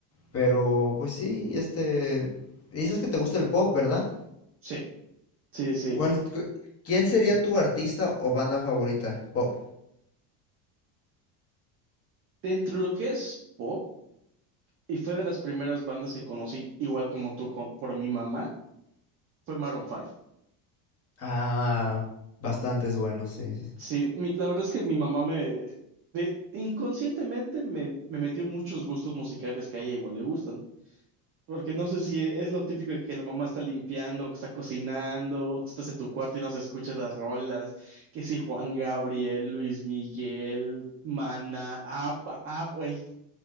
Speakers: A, on the left (about 30°); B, on the right (about 30°).
A: pero pues sí, este, dices que te gusta el pop, ¿verdad?
B: Sí, sí, sí.
A: ¿Cuál, cu- quién sería tu artista o banda favorita? Pop.
B: Dentro de lo que es pop, y fue de las primeras bandas que conocí, igual como tú, co- por mi mamá, fue Maroon Five.
A: Ah, bastantes buenos, sí, sí. sí.
B: Sí, mi- la verdad es que mi mamá me, Inconscientemente me, me metió muchos gustos musicales que a ella igual le gustan. Porque no sé si e- es lo típico de que la mamá está limpiando, está cocinando, tú estás en tu cuarto y no se escuchas las rolas. Que si Juan Gabriel, Luis Miguel, Mana, ABBA, ABBA, güey,